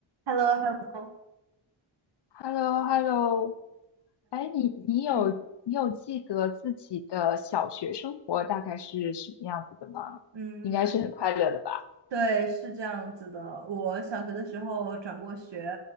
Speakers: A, on the right; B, on the left.
A: h e l l o h e l l o
B: h e l l o h e l l o 哎，你你有你有记得自己的小学生活大概是什么样子的吗？
A: 嗯嗯
B: 应该是很快乐的吧？
A: 对，是这样子的。我小学的时候转过学，